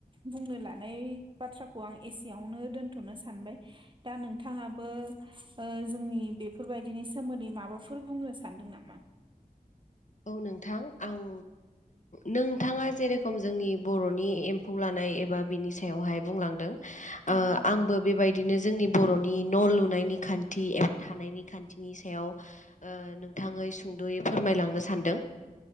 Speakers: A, on the right; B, on the left.
A: बुंनो लानाय बाथ्राखौ आं एसेयावनो दोनथ'नो सान बाय दा नोंथाङाबो ओ जोंनि बेफोरबायदिनि सोमोन्दै माबाफोर बुंनो सा नदों नामा?
B: नोंथां आं नोंथाङा जेरेखम जोंनि बर'नि एमफौ लानाय एबा बिनि सायावहाय बुंलांदों ओ
A: औ
B: आंबो बे बाय दिनो जोंनि बर'नि न' लुनायनि खान्थि एबा थानायनि खान्थिनि सायाव ओ गोथाङै सुंद'यै फोरमायलांनो सानदों।